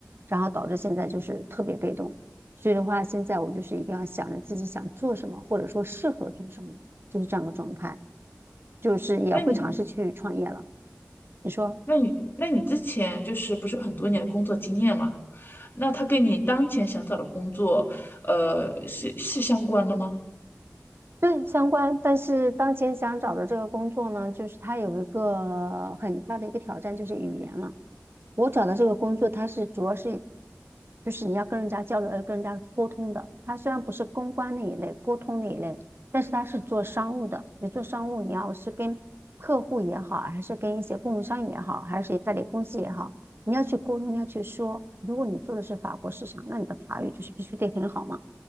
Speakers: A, on the right (about 50°); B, on the left (about 45°).
A: 然后导致现在就是特别被动。所以的话，现在我就是一定要想着自己想做什么，或者说适合做什么，就是这样的状态。就是也会尝试去创业了。
B: 那你，
A: 你说
B: 那你，那你之前就是不是有很多年的工作经验嘛？那他跟你当前想找的工作，呃，是是相关的吗？
A: 对相关，但是当前想找的这个工作呢，就是它有一个很大的一个挑战，就是语言了。我找的这个工作，它是主要是，就是你要跟人家交流，要跟人家沟通的。它虽然不是公关那一类，沟通那一类，但是它是做商务的。你做商务，你要是跟客户也好，还是跟一些供应商也好，还是代理公司也好，你要去沟通，你要去说。如果你做的是法国市场，那你的法语就是必须得很好嘛。